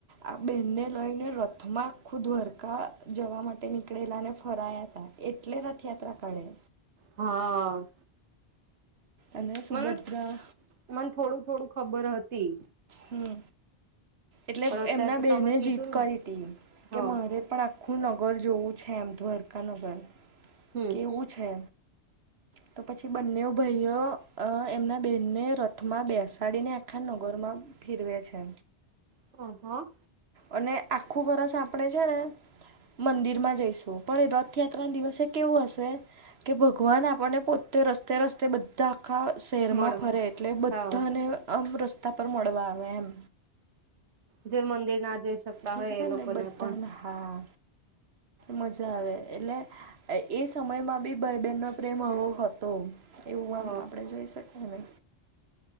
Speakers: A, on the right (about 70°); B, on the right (about 90°).
A: આ બેનને લઈને રથમાં આખું દ્વારકા જવા માટે નીકળેલા ને ફરાયા હતા. એટલે રથયાત્રા કાઢે
B: હા આ
A: અને સુભદ્રા
B: મને મને થોડું થોડું ખબર હતી.
A: હમ એટલે
B: પણ અત્યારે
A: એમના
B: તો
A: બેને
B: તમે કીધું
A: જીદ કરી
B: ને
A: તી કે
B: હા
A: મારે પણ આ ખું નગર જોવું છે એમ દ્વારકા નગર
B: હમ્મ
A: કેવું છે. તો પછી બંને ભઈઓ એમના બેનને રથમાં બેસાડીને આખા નગરમાં ફેરવે છે.
B: હ હ
A: અને આખું વર્ષ આપડે છે ને મંદિર માં જઈશું પણ રથયાત્રા ના દિવસે કેવું હશે. કે ભગવાન આપણને પોતે રસ્તે રસ્તે બધ ધા શહેરમાં
B: મળવા
A: ફરે એટલે બધાને
B: હા
A: આમ રસ્તા પર મળવા આવે એમ
B: જે મંદિર ના જઈ શકતા
A: જે
B: હોય
A: શકાય
B: એ લોકોને
A: ને બધાને
B: પણ
A: હા મજા આવે એટલે એ સમયમાં બી ભઈબહેનનો પ્રેમ આવો હતો. એવું
B: હ
A: આમ આપણે જોઈ શકીએ ને